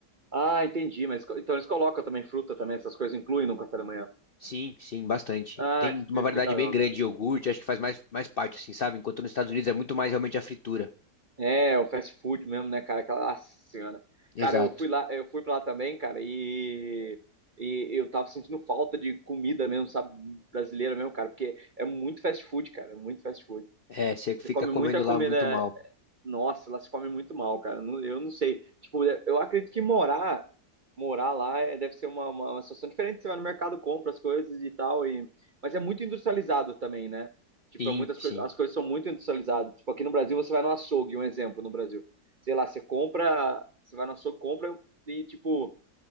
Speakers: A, on the right (about 40°); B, on the left (about 55°).
A: Ah, entendi, mas co- então eles colocam também fruta também, essas coisas incluem no café da manhã.
B: Sim, sim, bastante.
A: Ah,
B: Tem uma
A: que,
B: variedade
A: que, que da
B: bem
A: hora,
B: grande
A: cara.
B: de iogurte, acho que faz mais, mais parte, assim, sabe? Enquanto nos Estados Unidos é muito mais realmente a fritura.
A: É, o fast food mesmo, né, cara? Aquela nossa senhora.
B: Exato.
A: Cara, eu fui lá, eu fui pra lá também, cara, e, e eu tava sentindo falta de comida mesmo, sabe? Brasileira mesmo, cara, porque é muito fast food, cara, é muito fast food.
B: É, você
A: Você
B: fica
A: come
B: comendo
A: muita comida.
B: lá muito mal.
A: Nossa, lá se come muito mal, cara. Não- Eu não sei. Tipo, eu acredito que morar, morar lá é- deve ser uma, uma, uma situação diferente. Você vai no mercado, compra as coisas e tal. E... Mas é muito industrializado também, né? Tipo,
B: Sim,
A: é muitas
B: sim,
A: coisas, as coisas são muito industrializadas. Tipo, aqui no Brasil você vai no açougue, um exemplo no Brasil. Sei lá, você compra, você vai no açougue, compra e tipo,